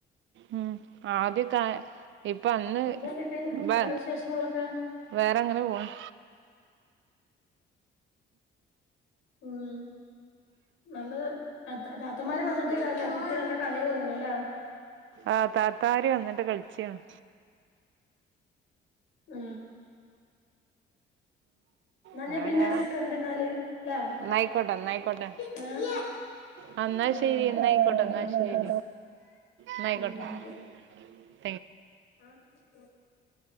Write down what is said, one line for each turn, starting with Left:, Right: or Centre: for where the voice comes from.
Right: ഉം ആദ്യൊക്കെ ഇപ്പൊ അന്ന്
Left: പിന്നെ എന്തൊക്കെ
Right: വാ
Left: വേറെ വിശേഷങ്ങളൊക്കെ
Right: വേറെങ്ങനെ പോണ്
Left: ഉം നല്ലത് താത്തമാര് വന്നിട്ടൈകാരലേ കുട്ടികൾ നല്ല കളിയാ തോന്ന്ണ്ലേ
Right: ആഹ് താത്താര് വന്നിട്ട് കളിച്ചാണ്
Left: ഉം <inaudible>
Right: പിന്നാരാ
Left: പിന്നെ വിളിക്കണ്ട് എന്നാല് ല്ലേ
Right: ന്നായിക്കോട്ടെ ന്നായിക്കോട്ടെ
Left: ആഹ്
Right: അ ന്നാശെരി
Left: ആഹ്
Right: ന്നാ
Left: എന്നായിക്കോട്ടെ
Right: അയ്ക്കോട്ടെ ന്നാശെരി
Left: ഓക്കെടാ
Right: ന്നായ്ക്കോട്ടെ
Left: ഉം താങ്ക് <inaudible>